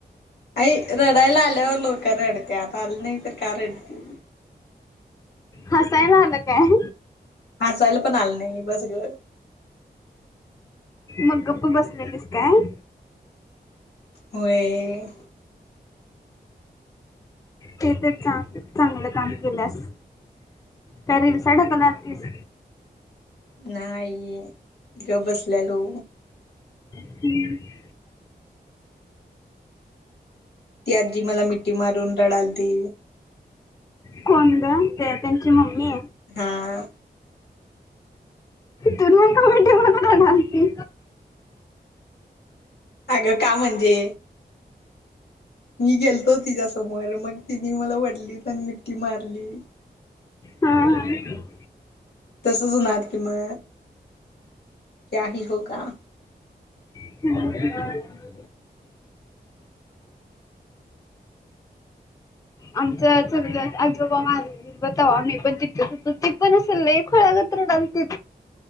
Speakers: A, on the left; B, on the left.
A: अईक रडाईला आल्यावर लोक रडत्यात आल नाही इ तर का रडती.
B: हसाय आलं काय?
A: हसायला पण आलं नाही बस ग.
B: मग गप्पू बसनार आहेस काय?
A: होय..
B: ते तर चां चांगलं काम केल्यास काय रेलसा ढकला किस
A: नाही ग बसलेलो.
B: हम्म‌.
A: ती आजी मला मिठी मारून रडालती.
B: कोण ग? ते त्यांची मम्मी.
A: हा..
B: तुला का मिठी मारुन रडालती?
A: अगं का म्हणजे. मी गेलतो तिच्यासमोर मग तिने मला वडली आणि मिट्टी मारली.
B: हम्म, हम्म.
A: तसं होनार की म कही होगा.
B: ह <unintelligible> आमचा सगळ्यात आजोबा वारले. बताववा मी पण ती अस तीप पण असल खळग्यात रडालते.